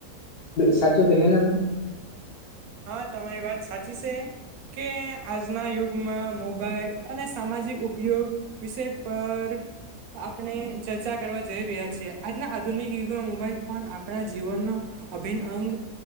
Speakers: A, on the left; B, on the right.
A: સાચું કહ્યું ને મે?
B: હા, તમારી વાત સાચી શે કે આજના યુગમાં મોબાઈલ અને સામાજિક ઉપયોગ વિષય પર આપણે ચર્ચા કરવા જઈ રહ્યા છીએ આજના આધુનિક યુગમાં મોબાઈલ ફોન આપણા જીવનનો અભિન્ન અંગ